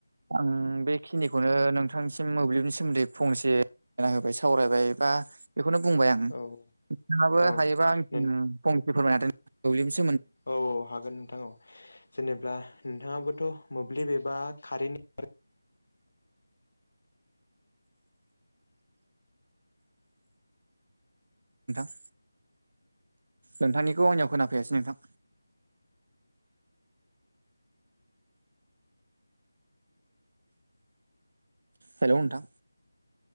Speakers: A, on the right; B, on the left.
A: आं बेखिनिखौनो नोंथांसिम मोब्लिबनि सोमोन्दै फंनैसे फोरमायना होबाय सावरायबाय बा बेखौनो बुंबाय आं नोंथाङाबो
B: औ औ
A: हायोबा आंनिसिम
B: नों
A: फंनैसो फोरमायना होदो मोब्लिबनि सोमोन्दै।
B: औ औ हागोन नोंथां औ, जेनेब्ला नोंथाङाबोथ' मोब्लिब एबा खारेननि
A: नोंथां नोंथांनिखौ आंनियाव खोनाफैयासै नोंथां। हेलौ नोंथां।